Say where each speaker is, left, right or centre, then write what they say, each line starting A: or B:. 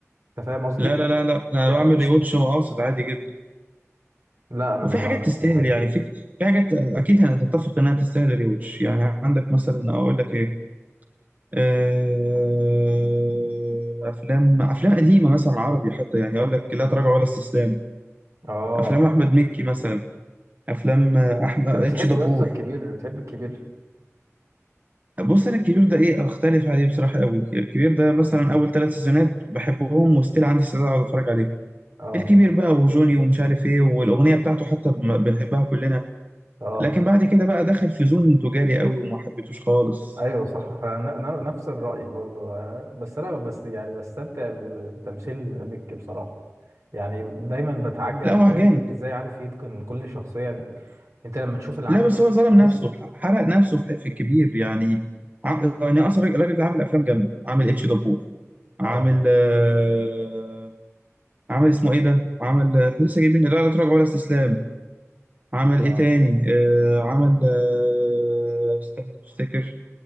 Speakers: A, on the right; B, on the right.
A: انت فاهم قصدي؟
B: لا لا لا لا انا
A: يعني
B: بعمل
A: أنا مش
B: ري واتش واقصد عادي جدا
A: لا انا
B: وفي
A: ما
B: حاجات
A: بعملش
B: تستاهل
A: الحاجة
B: يعني
A: دي
B: في في حاجات اكيد هنتفق انها تستاهل ري واتش يعني عندك مثلا اقول لك ايه آه، افلام افلام قديمه مثلا عربي حتى يعني اقول لك لا تراجع ولا استسلام
A: اه
B: افلام احمد مكي مثلا افلام احمد
A: انت
B: اتش
A: بتحب
B: دبور
A: يا اسطى الكبير بتحب الكبير
B: بص انا الكبير ده ايه اختلف عليه بصراحه قوي الكبير ده مثلا اول ثلاث سيزونات بحبهم وستيل عندي استعداد اقعد اتفرج عليهم
A: اه
B: الكبير بقى وجوني ومش عارف ايه والاغنيه بتاعته حتى بم- بنحبها كلنا
A: اه
B: لكن بعد كده بقى دخل في زون تجاري قوي وما حبيتوش خالص
A: ايوه صح فنفس الرأي برضو آه، بس انا بس يعني بستمتع بتمثيل مكي بصراحة يعني دايما بتعجب
B: لا
A: ازاي
B: هو جامد
A: ازاي عارف يتقن كل شخصية يعني انت لما تشوف العمل
B: لا بس هو ظلم
A: تحس
B: نفسه ح- حرق نفسه في في الكبير يعني عم... يعني اصلا الراجل ده عامل افلام جامده عامل اتش دبور عامل
A: اه
B: آه... عامل اسمه ايه ده عامل آه، لسه جايبين لا لا تراجع ولا استسلام عمل ايه
A: اه
B: تاني آه... عمل آه... استنى افتكر